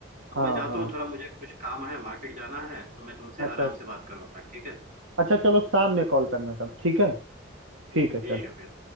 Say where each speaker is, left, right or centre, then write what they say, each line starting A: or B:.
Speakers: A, on the right (about 40°); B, on the right (about 80°).
A: अब
B: हाँ
A: मैं जाता
B: हाँ
A: हूँ थोड़ा मुझे कुछ काम है मार्केट जाना है तो मैं तुमसे
B: अच्छा
A: आराम से बात करूंगा ठीक है
B: अच्छा चलो शाम में कॉल करना तब ठीक है ठीक
A: ठीक
B: है चलो
A: है फिर